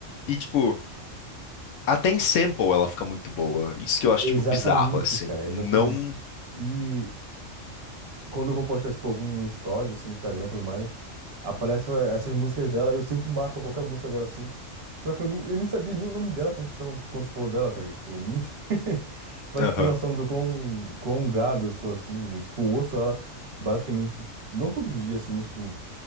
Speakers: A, on the left; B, on the right.
A: e, tipo, até em sample ela fica muito boa. Isso que eu acho,
B: Exatamente,
A: tipo, bizarro, assim.
B: cara,
A: Não.
B: exatamente. E quando eu vou postar, tipo, algum stories, assim, no Instagram e tudo mais, aparecem essas músicas dela, eu sempre marco qualquer música dela, assim. Só que eu nem, eu nem sabia nem o nome dela quando você perguntou, quando você falou dela, tá ligado? Tipo, eu nem... <laughs> Parece
A: Aham.
B: ter noção do quão, quão gado eu sou, assim. Eu, tipo, ouço ela basicamente, não todos os dias, assim, mas, tipo,